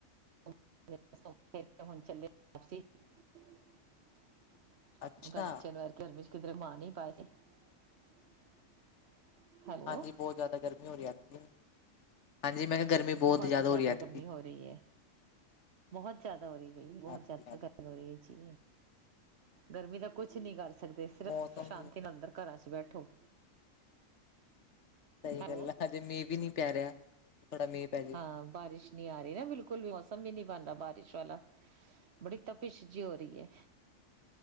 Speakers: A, on the right; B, on the left.
A: <inaudible> <unintelligible> ਕਿਧਰੇ
B: ਅੱਛਾ
A: <unintelligible> ਹੈਲੋ
B: ਹਾਂਜੀ ਬਹੁਤ ਜ਼ਿਆਦਾ ਗਰਮੀ ਹੋ ਰਹੀ ਐਤਕੀ ਹਾਂਜੀ ਮੈਂ ਕਿਹਾ ਗਰਮੀ
A: ਬਹੁਤ ਹੀ ਜ਼ਿਆਦਾ
B: ਹੋ ਰਹੀ ਐਤਕੀ
A: ਗਰਮੀ ਹੋ ਰਹੀ ਹੈ। ਬਹੁਤ ਜ਼ਿਆਦਾ ਹੋ ਰਹੀ ਬਈ, ਬਹੁਤ
B: ਹਾਂਜੀ
A: ਜ਼ਿਆਦਾ
B: ਹਾਂਜੀ
A: <unintelligible> ਹੋ ਰਹੀ ਇਹ ਜੀ ਗਰਮੀ ਦਾ ਕੁਛ ਨੀ ਕਰ ਸ ਸਕਦੇ। ਸਿਰਫ
B: ਮੌਸਮ
A: ਸ਼ਾਂਤੀ
B: ਵੀ
A: ਨਾਲ ਅੰਦਰ ਘਰਾਂ ਚ ਬੈਠੋ।
B: ਸਹੀ
A: ਹੈਲੋ
B: ਗੱਲ ਆ। ਹਜੇ ਮੀਂਹ ਵੀ ਨੀਂ ਪੈ ਰਿਹਾ। ਥੋੜਾ ਮੀਂਹ ਪੈ ਜੇ
A: ਹਾਂ, ਬਾਰਿਸ਼ ਨਈ ਆ ਰਹੀ ਨਾ ਬਿਲਕੁਲ ਵੀ, ਮੌਸਮ ਵੀ ਨੀ ਬਣਦਾ ਬਾਰਿਸ਼ ਵਾਲਾ। ਬੜੀ ਤਪਿਸ਼ ਜੀ ਹੋ ਰਹੀ ਹੈ